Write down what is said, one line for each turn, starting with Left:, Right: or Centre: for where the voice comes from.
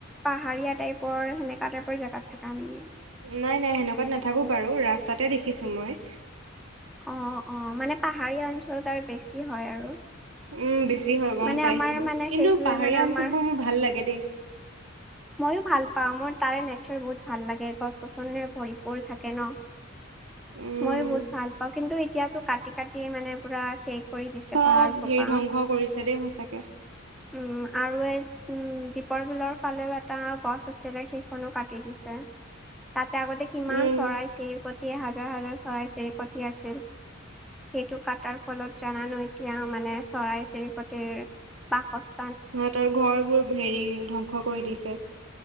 Centre: পাহাৰীয়া টাইপৰ সেনেকা টাইপৰ জেগাত থাকা নেকি?
Right: নাই নাই, সেনেকুৱাত নাথাকো বাৰু ৰাস্তাতে দেখিছো মই।
Centre: অ', অ', মানে পাহাৰীয়া অঞ্চলত আৰু বেছি হয় আৰু।
Right: উম বেছি হয় গম
Centre: মানে
Right: পাইছো,
Centre: আমাৰ মানে
Right: কিন্তু
Centre: সেইটোয়ে
Right: পাহাৰীয়া
Centre: মানে
Right: অঞ্চলবোৰ
Centre: আমাৰ
Right: মোৰ ভাল লাগে দেই।
Centre: মইো ভাল পাওঁ, মোৰ তাৰে নেচাৰ বহুত ভাল লাগে, গছ গছনে ভৰি পৰি থাকে ন।
Right: উম
Centre: মই বহুত ভাল পাওঁ, কিন্তু এতিয়াতো কাটি কাটি মানে পুৰা শেষ। কৰি দিছে
Right: চব
Centre: পাহাৰ সোপা।
Right: হেৰি ধ্বংস কৰিছে দেই সঁচাকে।
Centre: উম, আৰু এই উম দ্বীপৰ বিলৰ ফালেও এটা গছ আছিলে, সেইখনো কাটি দিছে তাতে আগতে কিমান
Right: উম
Centre: চৰাই চিৰি কতি হাজাৰ হাজাৰ চৰাই চিৰিকতি আছিল। সেইটো কাটাৰ ফলত জানা ন এতিয়া মানে চৰাই চিৰিকটিৰ, বাসস্থ
Right: সিহঁতৰ ঘৰ বোৰ হেৰি ধ্বংস কৰি দিছে।